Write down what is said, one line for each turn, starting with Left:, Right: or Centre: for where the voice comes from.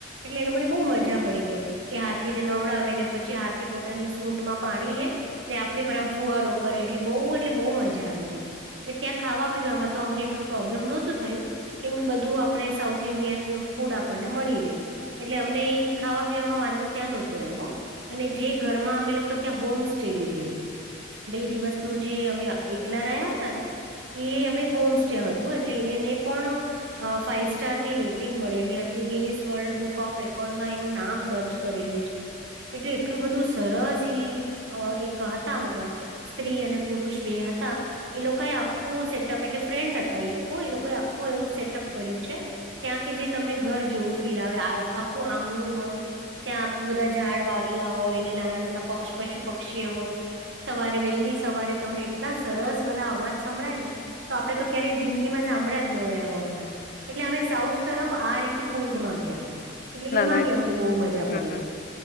Right: એટલે એ લોકો ને બહુ મજા પડી ગઈ. કે હાથીને નવડાવે ને પછી હાથી પોતાની સૂડમાં પાણી લે ને આપડી પર આમ ફુવારો કરે એટલે બહુ એટલે બહુ મજા આવી ગઈ. ને ત્યાં ખાવા પીવામાં તો અમને એટલું પ્રોબ્લેમ નહો, તુ થયુ. કેમ કે બધું આપડે સાઉથ ઇન્ડિયન ફૂડ આપણને મળી રહે. એટલે અમને ઈ ખાવા પીવાવામાં વાંધો ત્યાં ન હોતો હો એમ અને જે ઘરમાં અમે લોકો ત્યાં હોમ, સ્ટે લીધેલુ બે દિવસનું જે અમે એકલા રહ્યા, હતા ને એ અમે હોમ સ્ટે હતુ, એટલે એને પણ ફાઇવ સ્ટાર ની રેટિંગ મળેલી હતી ગિનીસ વર્લ્ડ બુક ઓફ રેકોર્ડમાં એનું નામ દર્જ કરેલું છે એટલે એટલું બધું સરસ ઈ એક હતા મતલબ સ્ત્રી અને પુરુષ બે હતા. એ લોકોએ આખું સેટઅપ એટલે ફ્રેન્ડ હતા એ લોકો એ લોકોએ આખું એવું સેટઅપ કર્યું છે. ત્યાં કે જે તમને ઘર જેવું ફીલ, આવે આ આખું આંગણુ હોય. ત્યાં આખું બધા ઝાડ વાવેલા હોય ને નાના નાના પશુ પક્ષી હોય. સવારે વહેલી સવારે તમને એટલા સરસ બધા અવાજ સંભળાય ને તો આપડે તો ક્યારેય જિંદગીમાં સાંભળ્યા ન આવા બધા એટલે અમે સાઉથ તરફ આ રીતે કુર્ગ માં ગયા ત એટલે
Left: ના
Right: એમાં
Left: ના
Right: બી અમને બહુ મજા
Left: હમ
Right: પડી
Left: હમ.
Right: ગઈ.